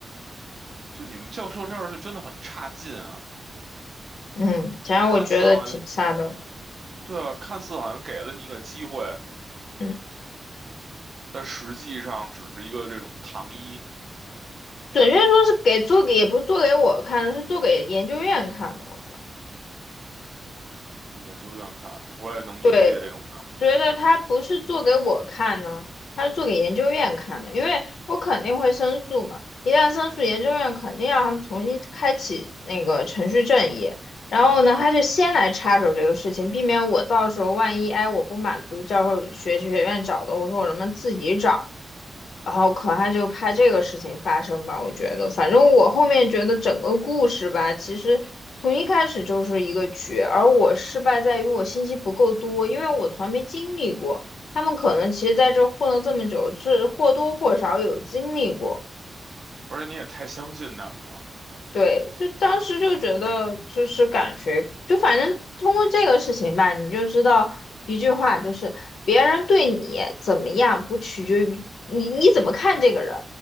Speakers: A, on the right; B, on the left.
A: 就你们教授这样就真的很差劲啊！
B: 嗯，反正我觉得挺差的。
A: 看似好像，对啊，看似好像给了你一个机会，
B: 嗯，
A: 但实际上只是一个这种糖衣。
B: 准确说是给做给，也不是做给我看的，是做给研究院看的。我觉得，
A: 给研究院看的，我也能理解这种感觉，
B: 对，觉得他不是做给我看呢，他是做给研究院看的，因为我肯定会申诉嘛。一旦申诉，研究院肯定让他们重新开启那个程序正义。然后呢，他就先来插手这个事情，避免我到时候万一哎我不满足教授学学院找的，我说我能不能自己找，然后可他就怕这个事情发生吧，我觉得，反正我后面觉得整个故事吧，其实从一开始就是一个局，而我失败在于我信息不够多，因为我从来没经历过，他们可能其实在这混了这么久，是或多或少有经历过。
A: 而且你也太相信他们了。
B: 对，就当时就觉得，就是感觉，就反正通过这个事情吧，你就知道一句话，就是别人对你怎么样，不取决于你你怎么看这个人，